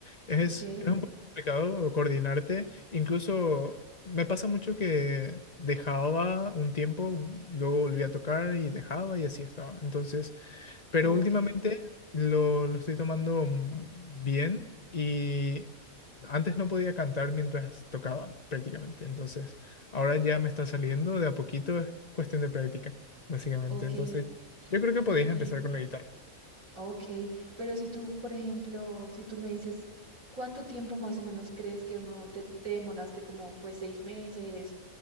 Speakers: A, on the left; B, on the right.
A: Es,
B: ok,
A: es un poco complicado coordinarte. Incluso me pasa mucho que dejaba un tiempo, luego volvía a tocar y dejaba y así estaba. Entonces... Pero
B: ok,
A: últimamente lo, lo estoy tomando mm, bien y antes no podía cantar mientras tocaba prácticamente. Entonces, ahora ya me está saliendo de a poquito, es cuestión de práctica, básicamente.
B: ok,
A: Entonces,
B: y-
A: yo creo que podías
B: bien,
A: empezar con la guitarra.
B: ok. Pero si tú, por ejemplo, si tú me dices, ¿cuánto tiempo más o menos crees que uno te, te demoraste? Como fue seis meses,